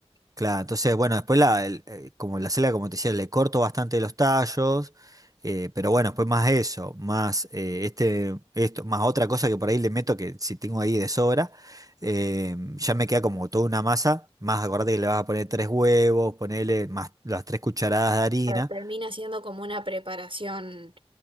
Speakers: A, on the right (about 35°); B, on the right (about 55°).
A: Claro, entonces, bueno, después la, el- eh, como la selga, como te decía, le corto bastante los tallos, eh, pero bueno, después más eso, más eh, este, esto, más otra cosa que por ahí le meto que si tengo ahí de sobra, eh, ya me queda como toda una masa, más acordate que le vas a poner tres huevos, ponerle más las tres cucharadas de harina,
B: Pero termina siendo como una preparación.